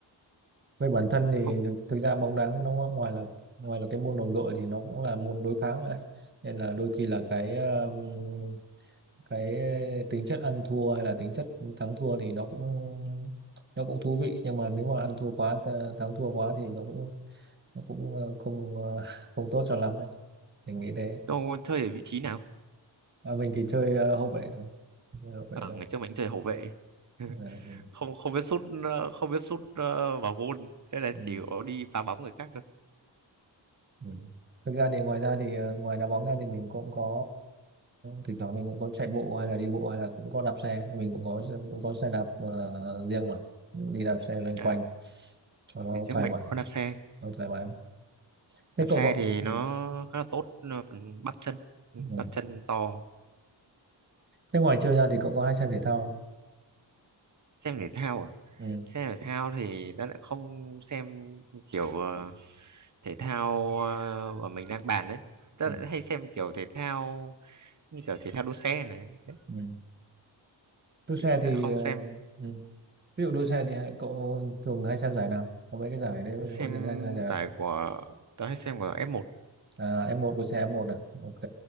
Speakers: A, on the right (about 25°); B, on the right (about 40°).
A: về bản thân thì
B: cậu,
A: thực, thực ra bóng đá nó ngo- ngoài là ngoài là cái môn đồng đội thì nó cũng là môn đối kháng đấy nên là đôi khi là cái um, cái tính chất ăn thua hay là tính chất thắng thua thì nó cũng nó cũng thú vị nhưng mà nếu mà ăn thua quá th- thắng thua quá thì nó cũng nó cũng ờ, không ờ, <laughs> không tốt cho lắm ấy. mình nghĩ thế
B: cậu chơi ở vị trí nào?
A: à, mình thì chơi ờ, hậu vệ thôi Chơi hậu vệ
B: Ở
A: thôi
B: ngày trước mình chơi hậu vệ. <laughs>
A: à, ừ.
B: Không không biết sút ờ, không biết sút ờ, vào gôn. Thế là
A: Ừ.
B: chỉ có đi phá bóng người khác thôi.
A: Ừ. Thực ra thì ngoài ra thì ờ, ngoài đá bóng ra thì mình cũng có thỉnh thoảng mình cũng có chạy bộ hay là đi bộ hay là cũng có đạp xe thì mình cũng có cũng có xe đạp ờ, riêng mà đi đạp xe loanh quanh
B: À,
A: cho nó
B: ngày trước
A: thoải
B: mình
A: mái
B: có đạp xe.
A: nó thoải mái thế
B: Đạp
A: cậu
B: xe
A: có
B: thì nó
A: ừ.
B: khá là tốt nó phần bắp chân, Ừ,
A: Ừ.
B: bắp chân to.
A: thế ngoài chơi ra thì cậu có hay xem thể thao
B: Xem thể thao à?
A: ừ.
B: xem thể thao thì nó lại không xem kiểu ờ, thể thao ờ, mà mình đang bàn đấy ta
A: Ừ.
B: lại hay xem kiểu thể thao như kiểu thể thao đua xe này đấy.
A: Ừ. đua xe
B: Chứ
A: thì
B: chứ lại không
A: ờ,
B: xem
A: ừ. ví dụ đua xe thì hai- cậu thường hay xem giải nào có mấy cái giải đấy
B: xem
A: thì cậu thường hay hay giải nào
B: giải của tớ hay xem của f một
A: à, F1 đua xe f một à ok